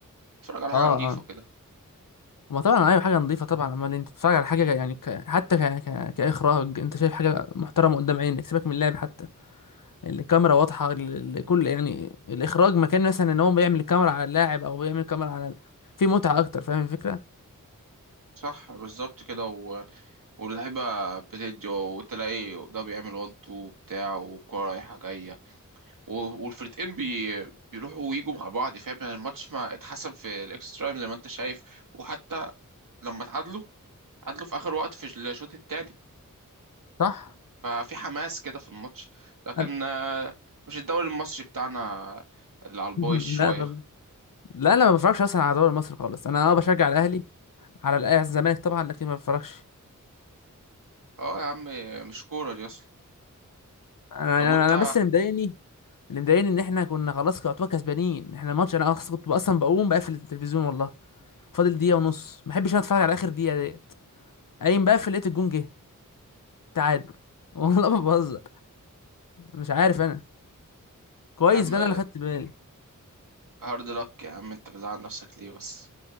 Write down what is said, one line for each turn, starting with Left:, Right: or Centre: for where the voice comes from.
Right: اتفرج على حاجه
Left: اه
Right: نظيفه
Left: اه
Right: كده
Left: ما طبعا ايوه حاجه نظيفه طبعا اما انت بتتفرج على حاجه يعني ك... حتى ك... ك... كاخراج انت شايف حاجه محترمه قدام عينك سيبك من اللعب حتى الكاميرا واضحه ال- ال- كل يعني الاخراج مكان مثلا ان هو بيعمل الكاميرا على اللاعب او بيعمل الكاميرا على ال- في متعه اكتر فاهم الفكره
Right: صح بالظبط كده واللعيبة بتدي وتلاقي ده بيعمل وان تو بتاع والكورة رايحة جاية و- والفرقتين بي... بيروحوا ويجوا مع بعض فاهم يعني الماتش ما اتحسن في الاكسترا تايم زي ما انت شايف وحتى لما اتعادلوا اتعادلوا في آخر وقت في الشوط التاني
Left: صح
Right: ففي حماس كده في الماتش لكن
Left: أنا...
Right: آه، مش الدوري المصري بتاعنا اللي على البايظ
Left: <laughs>
Right: شوية
Left: لا طب لا لا ما بفرجش اصلا على الدوري المصري خالص انا اه بشجع الاهلي على الأهلي- على الزمالك طبعا لكن ما بفرجش
Right: اه يا عم مش كورة دي أصلا
Left: انا
Right: طب
Left: انا
Right: وانت
Left: أنا بس اللي مضايقني اللي مضايقني ان احنا كنا خلاص يعتبر كسبانين احنا الماتش انا أص- كنت اصلا بقوم بقفل التلفزيون والله فاضل دقيقه ونص ما بحبش انا اتفرج على اخر دقيقه ديت قايم بقفل لقيت الجون جه تعادل <laughs> والله ما بهزر مش عارف انا كويس
Right: يا عم
Left: بقى انا اللي خدت بالي
Right: هارد لك يا عم انت بتزعل نفسك ليه بس